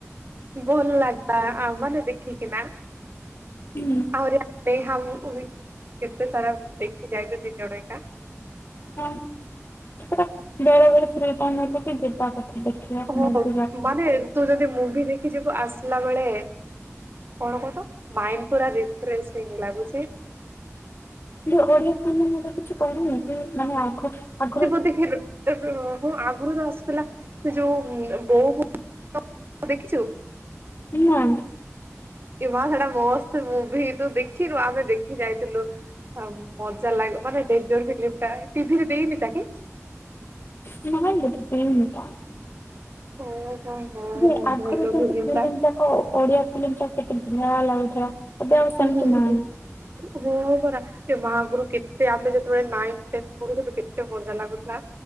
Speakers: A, on the right; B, on the left.
A: ଭଲ ଲାଗିଲା ଆ ମାନେ ଦେଖିକିନା।
B: ହୁଁ।
A: ଆହୁରି <inaudible> କେତେ ସାରା ଦେଖି ଯାଇଛୁ ଦି ଜଣ ଏକା।
B: ହଁ <inaudible> ବେଳେବେଳେ ଫ୍ରି ଟାଇମ୍ ହେଲେ କି ଯିବା। କଥା ଦେଖିବା
A: ହଁ
B: ମୁଭି ବା
A: ମାନେ ତୁ ଯଦି ମୁଭି ଦେଖି ଯିବୁ ଆସିଲା ବେଳେ। କଣ କହିଲୁ ମାଇଣ୍ଡ ପୁରା ରଫ୍ରସିଂ ଲାଗୁଛି।
B: ଏ ଓଡିଆ ଫିଲ୍ମ କିଛି ପଡିନି କି ମାନେ ଆଗ ଆଗରୁ।
A: ଦେଖଲ। ଏ ବେ ନୁହଁ ମ ଆଗରୁ ଯୋଉ ଆସିଥିଲା ସେ ଯୋଉ ବୋଉ ଫୁଟୁ ଭୁତ ଦେଖିଛୁ।
B: ନାଇଁ।
A: ଇ ମା ସେଇଟା ମସ୍ତ ମୁଭି ତୁ ଦେଖିନୁ ଆମେ ଦେଖି ଯାଇଥିଲୁ। ଆଉ ମଜା ଲାଗିବ ମାନେ ଡେନଞଜର ଫିଲ୍ମ୍ ଟା ଟିଭିରେ ଦେଇନି ତାକି।
B: <unintelligible>
A: ଓ ହୋ
B: ଯେ
A: ହୋ
B: ଆଗରୁ
A: ଭଲ
B: ଯେମତି ଫିଲ୍ମ
A: ଟା
B: ଯାକ ଓଡିଆ ଫିଲ୍ମ ଯାକ କେତେ ଭଢିଆ ଲାଗୁଥିଲା। ଏବେ ଆଉ ସେମିତି
A: ହଁ ହଁ
B: ନାହିଁ
A: ଯାହା ହେଉ ବରା। ଏଁ ମା ଆଗରୁ କେତେ ଆମେ ଯେତେବେଳେୁ ନାଇନି ଟେନ୍‌ ପଢୁଥିଲୁ କେତେ ମଜା ଲାଗୁଥିଲା।